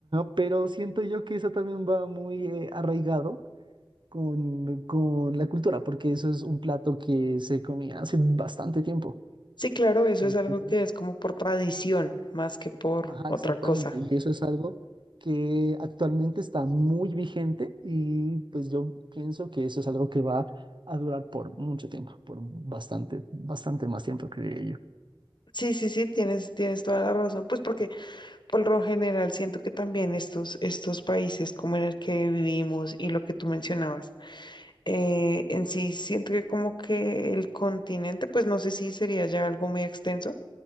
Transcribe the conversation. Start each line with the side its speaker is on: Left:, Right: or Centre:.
Right: pero, siento yo que eso también va muy eh, arraigado con, con la cultura, porque eso es un plato que se comía hace bastante tiempo.
Left: Sí, claro, eso
Right: Entonces,
Left: es algo que es como por tradición más que por
Right: Ajá,
Left: otra
Right: exactamente.
Left: cosa.
Right: Y eso es algo que actualmente está muy vigente y pues yo pienso que eso es algo que va a durar por mucho tiempo, por bastante, bastante más tiempo, creo yo.
Left: Sí, sí, sí, tienes, tienes toda la razón. Pues porque por lo general siento que también estos, estos países como en el que vivimos y lo que tú mencionabas eh, en sí siento que como que el continente, pues no sé si sería ya algo muy extenso,